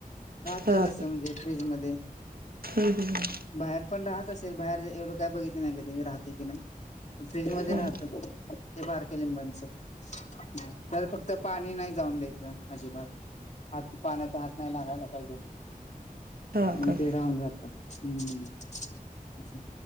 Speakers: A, on the left (about 50°); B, on the right (about 80°).
A: राहतं
B: हा
A: तसं
B: का
A: म्हणजे फ्रीज मध्ये
B: हम्म.
A: बाहेर पण राहत असेल बाहेर एवढं काय बघितलं नाही का ते राहते की नाही. फ्रीज मध्ये
B: हम्म
A: राहतं. ते बारक्या लिंबांचा त्याला फक्त पाणी नाही जाऊन द्यायच अजिबात. हात पाण्याचा हात नाही लागायला कायगो.
B: हा
A: मग
B: का
A: ते राहून जातं हम्म.